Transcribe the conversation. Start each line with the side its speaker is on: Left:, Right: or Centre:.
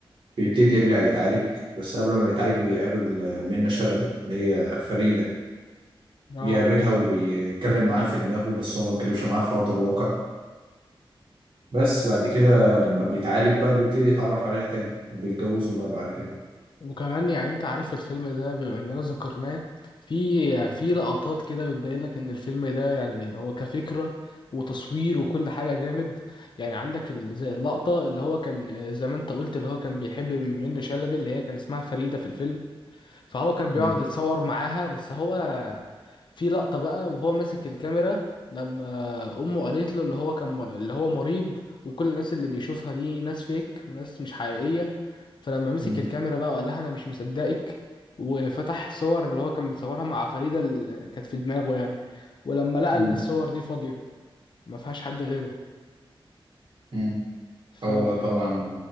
Right: بيبتدي يرجع يتعالج بس قبل ما يتعالج بيقابل منة شلبي اللي هي فريدة
Left: اه
Right: بيقابلها وبيتكلم معاها في دماغه بس هو ما اتكلمش معاها في أرض الواقع بس بعد كده لما بيتعالج بقى بيبتدي يتعرف عليها تاني وبيتجوزوا بقى بعد كده
Left: وكمان يعني انت عارف الفيلم ده بما اننا ذكرناه في في لقطات كده بتبين لك ان الفيلم ده يعني هو كفكرة وتصوير وكل حاجة جامد يعني عندك ال- زي اللقطة اللي هو كان آه، زي ما انت قلت اللي هو كان بيحب منة شلبي اللي هي كان اسمها فريدة في الفيلم فهو كان بيقعد
Right: مم.
Left: يتصور معاها بس هو في لقطة بقى وهو ماسك الكاميرا لما أمه قالت له اللي هو كان اللي هو مريض وكل الناس اللي بيشوفها دي ناس فيك وناس مش حقيقية فلما مسك
Right: مم.
Left: الكاميرا بقى وقال لها أنا مش مصدقك وفتح صور اللي هو كان بيصورها مع فريدة اللي كانت في دماغه يعني ولما لقى
Right: مم.
Left: إن الصور دي فاضية ما فيهاش حد غيره
Right: مم.
Left: ففي
Right: هو طبعا